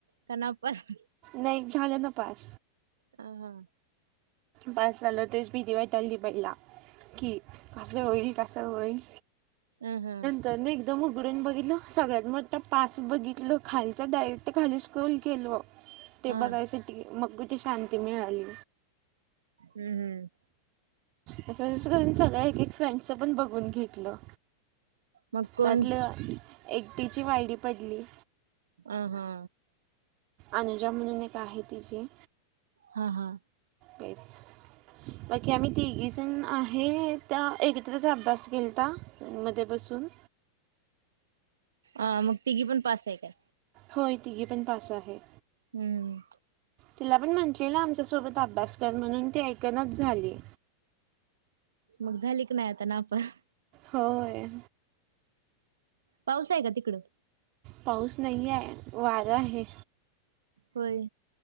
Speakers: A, on the right; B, on the right.
A: का नापास
B: नाही झालं ना पास.
A: हा हा.
B: पास झाल, तेच भीती वाटाल ती पहिला. की कसं होईल, कसं होईल
A: हम हम.
B: तरने एकदम उघडून बघितलं, सगळ्यात मोठा पास बघितलं, खालचं डायरेक्ट खाली स्क्रोल केली. ते
A: हा
B: बघायसाठी, मग कुठे शांती मिळाली.
A: हम् हम्म.
B: मग असं करून सगळ एक एक फ्रेंडच पण बघून घेतलं.
A: मग कोण
B: त्यातलं एकटीची वायडी पडली.
A: अ हा.
B: अनुजा म्हणून एक आहे तिचे.
A: हा हा.
B: तेच, बाकी आम्ही तिघी जण आहे, त्या एकत्रच अ अभ्यास गेलता रूम मध्ये बसून.
A: अ मग तिघी पण पास आहे काय?
B: होय, तिघे पण पास आहे.
A: हम्म.
B: तिला पण म्हटलेलं आमच्यासोबत अभ्यास कर म्हणून ती ऐकनच झाली.
A: मग झाली की नाही आता नापास.
B: होय.
A: पाऊस आहे का तिकडं?
B: पाऊस नाही आहे, वारा आहे.
A: होय.